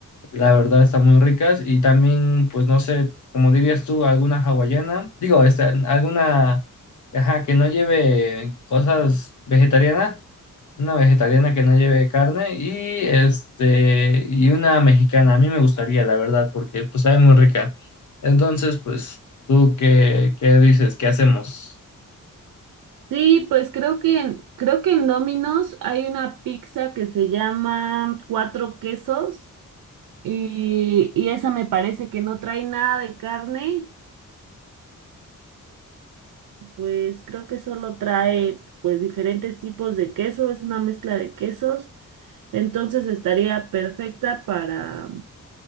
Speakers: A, on the left; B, on the right.
A: la verdad están muy ricas y también, pues no sé, como dirías tú, alguna hawaiana, digo, esta, alguna, ajá, que no lleve cosas vegetarianas, una vegetariana que no lleve carne y este, y una mexicana, a mí me gustaría, la verdad, porque pues sabe muy rica. Entonces, pues, ¿tú qué, qué dices? ¿Qué hacemos?
B: Sí, pues creo que en, creo que en Domino's hay una pizza que se llama Cuatro Quesos y, y esa me parece que no trae nada de carne, pues creo que solo trae pues diferentes tipos de queso, es una mezcla de quesos, entonces estaría perfecta para